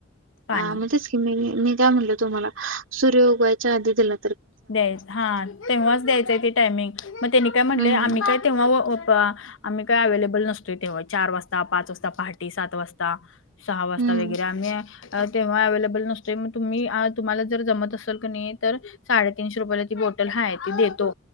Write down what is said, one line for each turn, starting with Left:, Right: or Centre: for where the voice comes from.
Left: पाणी
Right: हा म्हणजेच की मी, मी काय म्हणलं तुम्हाला, सूर्य उगवायच्या आधी दिलं
Left: द्यायच हा, तेव्हाच द्यायचंय ते टायमिंग, मग त्यांनी काय म्हटले,
Right: हम्म,
Left: आम्ही काय तेव्हा आम्ही काय अवे्लेबल नसतोय तेव्हा चार वाजता पाच वाजता पहाटे सात वाजता. सहा वाजता
Right: हम्म,
Left: वगैरे आम्ही. तेव्हा अवे्लेबल नसतोय मग तुम्ही तुम्हाला जर जमत असेल कनी तर. साडेतीनशे रुपयाला ती बोटल आहे ती देतो